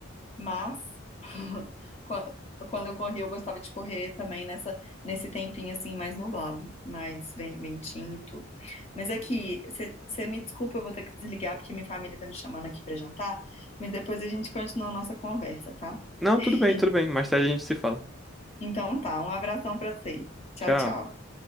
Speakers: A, on the left; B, in the centre.
A: Mas <laughs> quan- quando eu corri, eu gostava de correr também nessa, nesse tempinho assim mais nublado, mais ven- ventinho e tudo. Mas é que você me desculpa, eu vou ter que desligar porque minha família tá me chamando aqui pra jantar, mas depois a gente continua a nossa conversa, tá?
B: Não,
A: <laughs>
B: tudo bem, tudo bem. Mais tarde a gente se fala.
A: Então tá, um abração pra você. Tchau,
B: Tchau.
A: tchau.